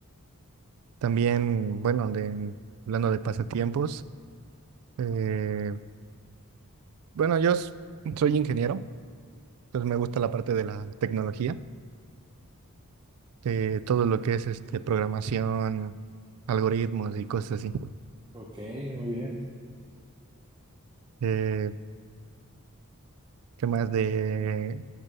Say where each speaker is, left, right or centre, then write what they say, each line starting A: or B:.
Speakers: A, on the right; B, on the right.
A: También, bueno, de, hablando de pasatiempos, eh, bueno, yo s- soy ingeniero, entonces me gusta la parte de la tecnología, eh, todo lo que es este, programación, algoritmos y cosas así.
B: ok, muy bien.
A: Eh, ¿qué más de,